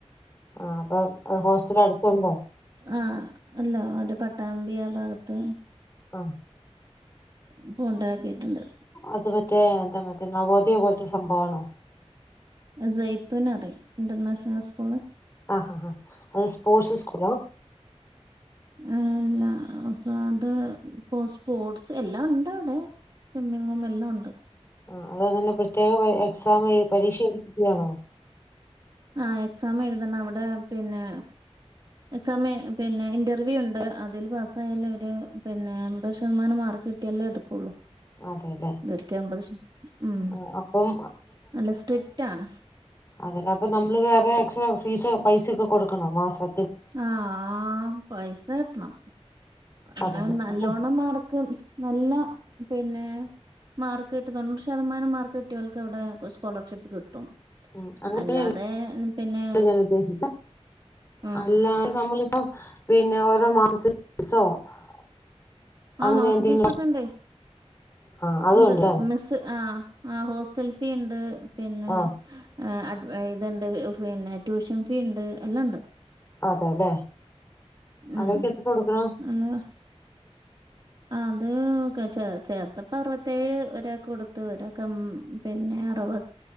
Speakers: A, on the left; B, on the right.
A: ആ അപ്പൊ ഹോസ്റ്റൽ അടുത്തുണ്ടോ
B: ആഹ അല്ലോ ഒരു പട്ടാമ്പിയ ഭാഗത്ത്
A: ആഹ
B: ഇപ്പൊ ഉണ്ടാക്കിട്ടുണ്ട്
A: അത് മറ്റേ എന്താ മറ്റേ നവോദയ പോലത്തെ സംഭവണോ
B: ജയ്ത്തുന അറിയ ഇന്റർനാഷണൽ സ്കൂള്
A: ആഹ ആ ആാ അത് സ്പോർട്സ് സ്കൂള
B: ആല്ല അത് ഇപ്പൊ സ്പോർട്സ് എല്ലാം ഉണ്ട് അവിടെ സ്വിമ്മിങ് മൂം എല്ലാം ഉണ്ട്
A: ആ അതങ്ങനെ പ്രത്യേകം എക്സാം പരീക്ഷ എട്ടുകയാണോ
B: ആഹ എക്സാം എഴുതണം അവിടെ പിന്നെ സമയം പിന്നെ ഇന്റർവ്യൂ ഉണ്ട് അതിൽ പാസ്സായാലേ അവര് പിന്നെ എൺമ്പത് ശതമാനം മാർക്ക് കിട്ടിയാലെ എടുക്കുള്ളൂ
A: അതെല്ലേ
B: <unintelligible> ഉം
A: ആ അപ്പം
B: നല്ല സ്ട്രിക്റ്റാണ്
A: അത് അപ്പ നമ്മള് വേറെ എക്സ്ട്രാ ഫീസ് പൈസൊക്കെ കൊടുക്കണോ മാസം
B: ആ പൈസ കെട്ടണം
A: അതല്ല
B: ന്നാലും നല്ലോണം
A: അങ്ങനെ
B: മാർക്ക് നല്ല പിന്നെ മാർക്ക് കിട്ടി <unintelligible> ശതമാനം മാർക്ക് കിട്ട്യോൽക്കവ്ടെ സ്കോളർഷിപ്പ് കിട്ടും
A: ഉം അങ്ങനെയല്ല
B: അല്ലാതെ പിന്നെ
A: ഞാൻ ഉദ്ദേശിച്ചെ
B: ഉം
A: അല്ലാതെ നമ്മളിപ്പോൊ പിന്നെ ഓരോ മാസത്തി <unintelligible>
B: ആ
A: അങ്ങനെ
B: മാസപ്പീസൊക്കെ
A: എന്തെങ്കിലും
B: ണ്ട്
A: ആ അതുണ്ടല്ലേ
B: ഉണ്ട് മിസ്സ് ആ ആ ഹോസ്റ്റൽ ഫീ ണ്ട് പിന്നെ
A: ആ
B: ആ ഇത്ണ്ട് പിന്നെ ട്യൂഷൻ ഫീ ഉണ്ട് എല്ലാം ണ്ട്
A: അതെല്ലേ
B: ഉം
A: അതൊക്കെ എത്ര കൊടുക്കണം
B: നല്ല അത് ചേ ചേർത്തപ്പ അറുപത്തേഴ് ഒരാക്കൊട്ത്ത് ഒരാക്ക് എംമ് പിന്നെ അറുപത്